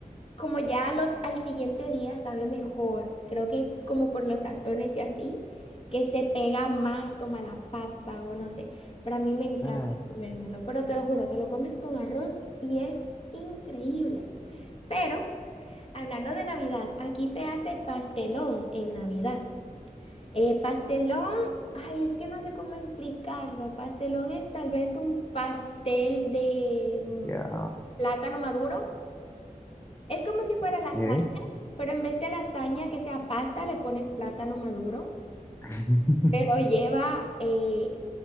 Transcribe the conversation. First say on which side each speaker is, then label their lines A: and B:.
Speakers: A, on the left (about 40°); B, on the left (about 15°).
A: como ya al, ot- al siguiente día sabe mejor. Creo que es como por los sazones y así, que se pega más como a la papa o no sé. Pero a mí me
B: Exacto.
A: encanta comérmelo, pero te lo juro, te lo comes con arroz y es increíble. Pero hablando de Navidad, aquí se hace pastelón en Navidad. Eh, pastelón, ay, es que no sé cómo explicarlo. Pastelón es tal vez un pastel de mm,
B: Ya,
A: plátano maduro. Es como si fuera
B: ok.
A: lasaña, pero en vez de lasaña que sea pasta, le pones plátano maduro,
B: <laughs>
A: pero lleva eh,